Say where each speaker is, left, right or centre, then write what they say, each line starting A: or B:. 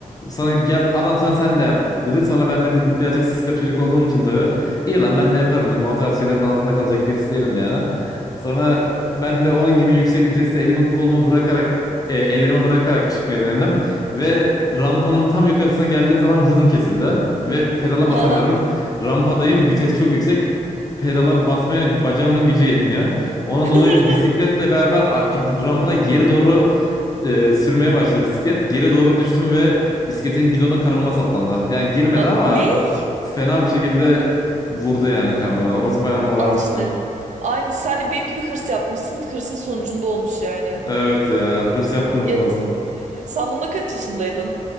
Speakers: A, on the left; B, on the right.
A: Sonra gel adam sana sen de yap dedi. Sonra ben de bir, birazcık sıska bir çocuk olduğum için tabii. İyi lan ben de yaparım dedim. O tarz şeylerin altında kalacak birisi değilim yani. Sonra ben de onun gibi yüksek viteste elimi kolumu bırakarak e, ellerimi bırakarak çıkmayı denedim. Ve rampanın tam yukarısına geldiğim zaman hızım kesildi. Ve pedala
B: Hı
A: basamıyorum.
B: hı.
A: Rampadayım vites çok yüksek. Pedala basmaya bacağımın gücü yetmiyor. Onun
B: <laughs>
A: dolayı bisikletle beraber a- rampada geri doğru e, sürmeye başladı bisiklet. Geri doğru düştüm ve bisikletin gidonu karnıma saplandı. Yani girmedi
B: A-
A: ama
B: Ney?
A: fena bir şekilde vurdu yani karnıma. Orası bayağı morarmıştı.
B: Al işte. Aynı sen de benim gibi hırs yapmışsın. Hırsın sonucunda olmuş yani.
A: Evet ya hırs yaptığım
B: Ya
A: için oldu.
B: sen bunda kaç yaşındaydın?